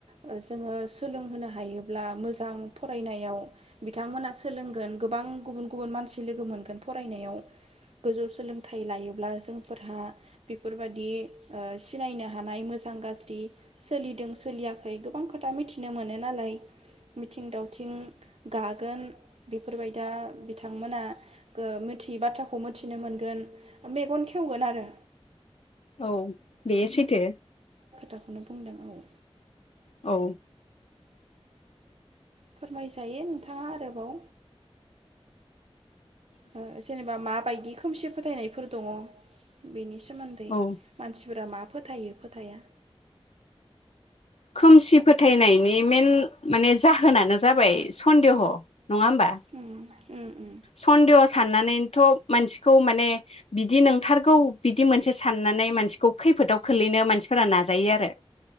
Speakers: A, on the right (about 75°); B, on the left (about 75°).
A: ओ जोङो सोलोंहोनो हायोब्ला मोजां फरायनायाव बिथांमोना सोलोंगोन गोबां गुबुन गुबुन मानसि लोगो मोनगोन फरायनायाव गोजौ सोलोंथाय लायोब्ला जोंफोरहा बेफोरबादि ओ सिनायनो हानाय मोजां गाज्रि सोलिदों सोलियाखै गोबां खोथा मिथिनो मोनो नालाय मिथिं दावथिं गागोन बेफोरबायदा बिथांमोना ओ मिथियै बाथ्राखौ मोथिनो मोनगोन मेगन खेवगोन आरो
B: औ बेयो सैथो।
A: बेखौनो बुंदों औ।
B: औ।
A: फोरमायजायो नोंथाङा आरोबाव। ओ जेनेबा माबायदि खोमसि फोथायनायफोर दङ बेनि सो मोन्दै
B: औ
A: मानसिफोरा मा फोथायो फोथाया
B: खोमसि फोथायनायनि मेन माने जाहोनानो जाबाय सन्देह'। नङा होमबा
A: उम उम उम
B: सन्देह' सान्नानै थ मानसिखौ माने बिदि नोंथारगौ बिदि मोनसे सान्नानै मानसिखौ खैफोदाव खोलैनो मानसिफोरा नाजायो आरो